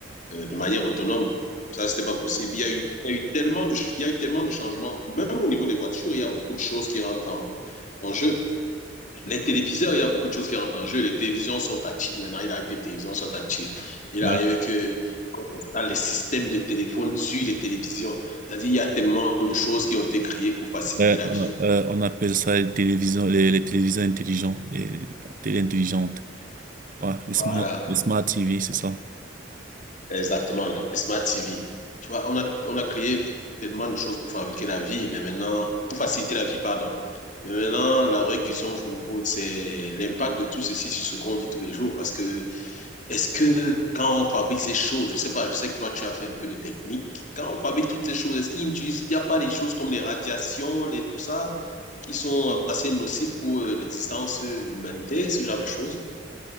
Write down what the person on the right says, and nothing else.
Mm.
Ouais,
euh,
euh, on appelle ça les télévisions, les, les téléviseurs intelligents, les télé intelligentes. Ouais, les
smart, les smart TV, c'est ça.